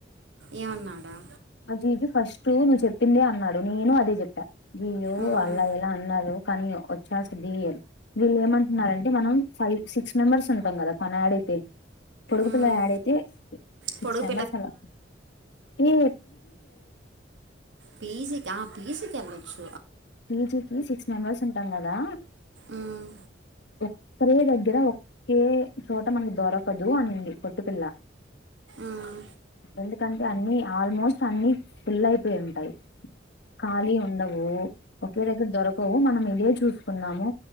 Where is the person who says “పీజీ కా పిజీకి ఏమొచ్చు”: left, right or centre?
Right